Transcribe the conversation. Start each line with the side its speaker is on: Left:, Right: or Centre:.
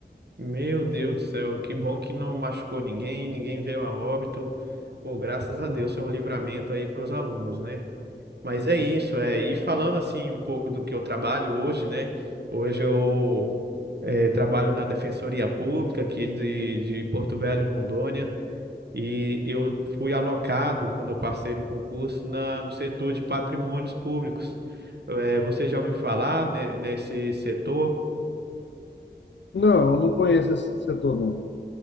Right: Meu Deus do céu, que bom que não machucou ninguém, ninguém veio a óbito. Pô, graças a Deus, foi um livramento aí para os alunos, né? Mas é isso, é. E falando assim um pouco do que eu trabalho hoje, né? Hoje eu eh, trabalho na Defensoria Pública aqui de, de Porto Velho, Rondônia, e eu fui alocado, quando eu passei no concurso, na, no setor de patrimônios públicos. Eh, você já ouviu falar ne- nesse setor?
Left: Não, eu não conheço esse setor, não.